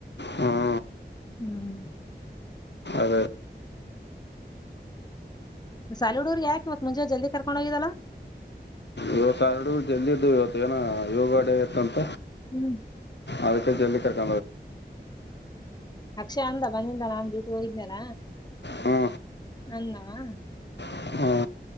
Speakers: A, on the left (about 75°); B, on the left (about 20°).
A: ಹ್ಮ
B: ಹ್ಮ್
A: ಅ
B: ಸಾಲಿಡ್ ಊರ್ ಯಾಕೆ ಇವತ್ ಮುಂಜೆ ಜಲ್ದಿ ಕರ್ಕೊಂಡ್ ಹೋಗಿದ್ದಲ್ಲ
A: ಇವತ್ತು ಆರಡು ಜಲ್ದಿದ್ದು ಇವತ್ತು ಏನ ಯೋಗಡಡೆ ಇತ್ತಂತ
B: ಹ್ಮ್
A: ಅದಕ್ಕೆ ಜಲ್ಲಿ ಕಡಕ
B: ಅಕ್ಷ ಅಂದ ಬಂದಿಂದ ನಾನ್ ಡ್ಯೂಟಿ ಹೋಿದ್ನಾರ
A: ಹ್ಞೂ
B: ಅಂದವಾ
A: ಹ್ಞೂ